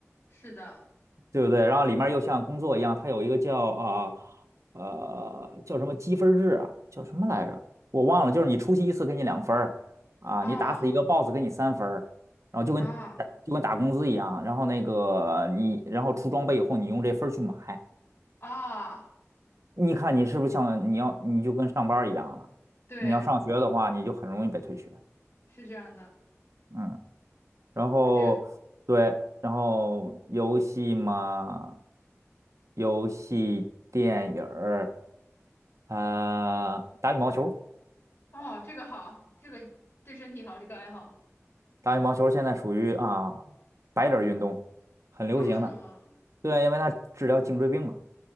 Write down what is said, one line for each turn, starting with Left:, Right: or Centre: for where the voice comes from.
Left: 是的
Right: 对不对？然后里面又像工作一样，它有一个叫啊呃，呃叫什么积分制啊，叫什么来着？我忘了，就是你出席一次给你两分儿啊，
Left: 哦
Right: 你打死一个 BOSS 给你三分儿然后就跟
Left: 啊
Right: 就跟打工资一样，然后那个你然后出装备以后你用这分儿去买。
Left: 啊，
Right: 你看你是不是像你要你就跟上班儿一样了？
Left: 对，
Right: 你要上学的话，你就很容易被退学。
Left: 是这样的，
Right: 嗯，然后对，
Left: 那这个
Right: 然后游戏嘛，游戏、电影儿，呃，打羽毛球
Left: 哦这个好，这个对身体好，这个爱好
Right: 打羽毛球现在属于啊白领儿运动，很流行的。
Left: 啊，真的吗？
Right: 对，因为它治疗颈椎病嘛，